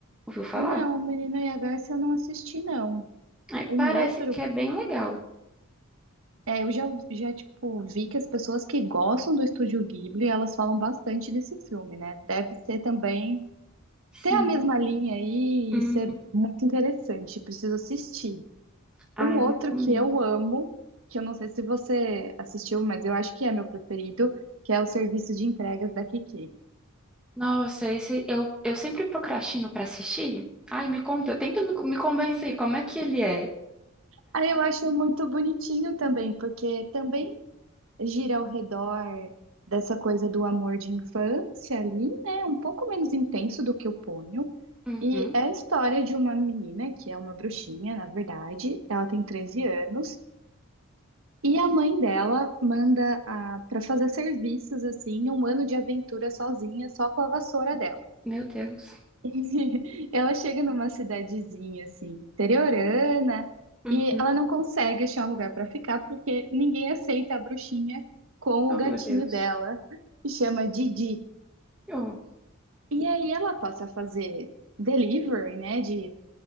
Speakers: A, in the centre; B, on the right.
A: Ouviu falar?
B: Não, Menina IH, eu não assisti, não.
A: É,
B: Um
A: parece
B: outro,
A: que é bem legal.
B: é, eu já, já, tipo, vi que as pessoas que gostam do Estúdio Ghibli, elas falam bastante desse filme, né? Deve ser também,
A: Sim.
B: ter a mesma linha aí
A: Uhum.
B: e ser muito interessante, preciso assistir.
A: Ah,
B: Um outro
A: eu recomendo.
B: que eu amo, que eu não sei se você assistiu, mas eu acho que é meu preferido, que é o Serviço de Entregas da Kiki.
A: Nossa, esse eu, eu sempre procrastino pra assistir. Ai, me conta, tenta me, me convencer como é que ele é.
B: Aí eu acho muito bonitinho também, porque também gira ao redor dessa coisa do amor de infância ali, né? Um pouco menos intenso do que o Ponyo.
A: Uhum.
B: E é a história de uma menina que é uma bruxinha, na verdade. Ela tem 13 anos. E a mãe dela manda a, para fazer serviços, assim, um ano de aventura sozinha, só com a vassoura dela.
A: Meu Deus.
B: <laughs> Ela chega numa cidadezinha assim, interiorana,
A: Uhum.
B: e ela não consegue achar um lugar para ficar porque ninguém aceita a bruxinha com
A: Oh,
B: o gatinho
A: meu Deus.
B: dela, que chama Didi.
A: Oh.
B: E aí ela passa a fazer delivery, né, de